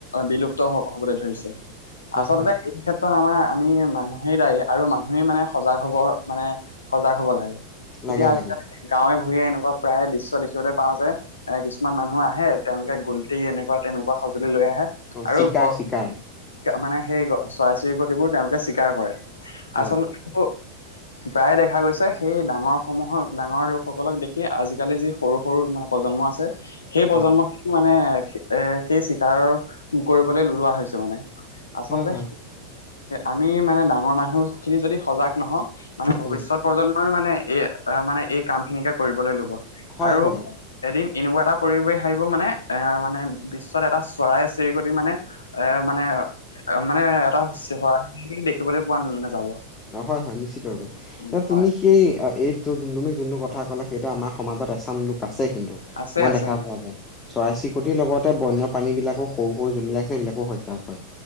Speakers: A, on the left (about 75°); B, on the left (about 20°).
A: বিলুপ্ত হবলৈ ধৰিছে।
B: হয়।
A: আচলতে সেই ক্ষেত্ৰ ত, আমাৰ আমি মানুহেই দায়ী আৰু মানুহেই মানে সজাগ হ'বৰ মানে সজাগ হ'ব লাগে।
B: লাগে
A: এতিয়া, আজি
B: লাগে
A: <unintelligible> গাঁৱে ভূ ভূৱে এনেকুৱা প্ৰায় দৃশ্য দেখিবলৈ পাও যে, এ কিছুমান মানুহ আহে, তেওঁলোকে গোলটি এনেকুৱা তেনেকুৱা সঁজুলি লৈ আহে।
B: অ
A: আৰু
B: চিকাৰ
A: গ
B: চিকাৰ
A: মানে সেই চৰাই-চিৰিকতিবোৰ তেওঁলোকে চিকাৰ কৰে।
B: হা
A: আচলটো
B: <inaudible>
A: প্ৰায়ে দেখা গৈছে, সেই ডাঙৰ সমূহক, ডাঙৰ লোকসকলক দেখি, আজিকালি যি সৰু-সৰু, মানে প্ৰজন্ম আছে। সেই প্ৰজন্ম
B: হা
A: খিনি মানে, এ সেই চিকাৰ কৰিবলৈ লোৱা হৈছে মানে। আচলতে
B: হয় হয়
A: আমি মানে ডাঙৰ মানুহ খিনি যদি সজাগ নহও মানে ভৱিষ্যত
B: উম
A: প্ৰজন্মইও মানে, এই মানে এই কাম খিনিকে কৰিবলৈ ল'ব।
B: হয়
A: আৰু
B: হয়
A: এদিন এনেকুৱা এটা পৰিবেহ আহিব মানে, এ মানে বিশ্বত এটা চৰাই চিৰিকটি মানে, এ মানে মানে এটা <unintelligible> দেখিবলৈ পোৱা নাযাব।
B: হয়-হয় নিশ্চিতৰূপে।
A: উম
B: এতিয়া
A: হয়
B: তুমি সেই, এইটো তুমি যোনটো কথা কলা সেইটো আমাৰ সমাজত এচাম লোক আছে কিন্তু,
A: আছে
B: মই
A: আছে
B: দেখা
A: অ
B: পোৱা যায়। চৰাই চিৰিকটিৰ লগতে বন্য প্ৰাণী বিলাকো সৰু-সৰু যোনবিলাক আছে সেইবিলাকো হত্যা কৰে,